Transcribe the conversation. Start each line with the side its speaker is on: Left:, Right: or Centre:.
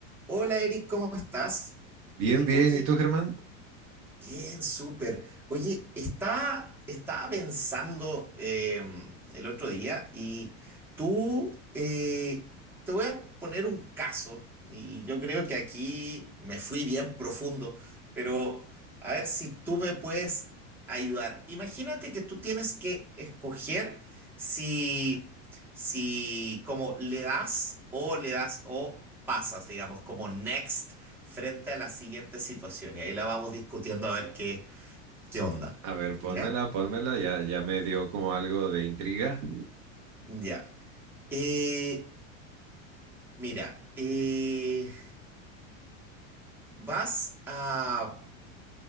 Centre: Hola Eric, ¿cómo estás?
Right: Bien,
Centre: Eh,
Right: bien.
Centre: oye,
Right: ¿Y tú, Germán?
Centre: bien, súper. Oye, estaba, estaba pensando em, el otro día y tú, eh, te voy a poner un caso y yo creo que aquí me fui bien profundo, pero a ver si tú me puedes ayudar. Imagínate que tú tienes que escoger si, si como le das o le das o pasas, digamos, como next frente a la siguiente situación y ahí la vamos discutiendo a ver qué, qué onda.
Right: A ver,
Centre: ¿Ya?
Right: pónmela, pónmela. Ya, ya me dio como algo de intriga. <laughs>
Centre: Ya. Eh, mira, eh, vas a...